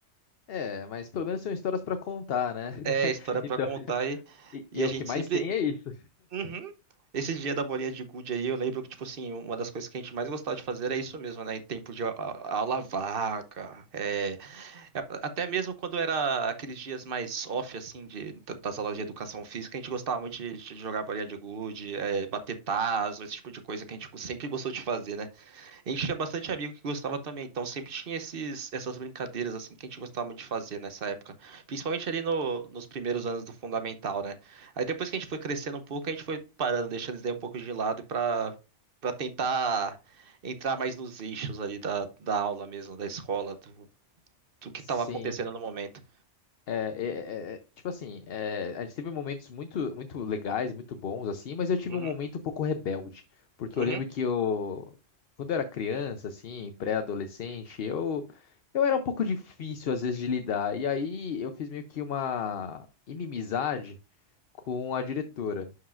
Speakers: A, on the left; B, on the right.
A: É, mas pelo menos são histórias para contar, né? <laughs>
B: É, história pra
A: Então,
B: contar, e,
A: e,
B: e
A: e
B: a gente
A: o que mais
B: sempre.
A: tem é isso.
B: Uhum. Esse dia da bolinha de gude aí, eu lembro que, tipo assim, uma das coisas que a gente mais gostava de fazer era isso mesmo, né? Em tempo de a- a- aula vaga, é, é, até mesmo quando era aqueles dias mais off, assim, de, da- das aulas de educação física, a gente gostava muito de, de jogar bolinha de gude, é, bater tazo, esse tipo de coisa que a gente sempre gostou de fazer, né? A gente tinha bastante amigo que gostava também, então sempre tinha esses, essas brincadeiras assim que a gente gostava muito de fazer nessa época, principalmente ali no- nos primeiros anos do fundamental, né? Aí depois que a gente foi crescendo um pouco, a gente foi parando, deixando isso daí um pouco de lado para para tentar entrar mais nos eixos ali da, da aula mesmo, da escola, do, do que
A: Sim.
B: estava acontecendo no momento.
A: É, é, é, é, tipo assim, é, a gente teve momentos muito, muito legais, muito bons, assim, mas eu tive
B: Uhum,
A: um momento um pouco rebelde, porque
B: uhum,
A: eu lembro que eu, quando eu era criança, assim, pré-adolescente, eu, eu era um pouco difícil, às vezes, de lidar, e aí eu fiz meio que uma inimizade com a diretora,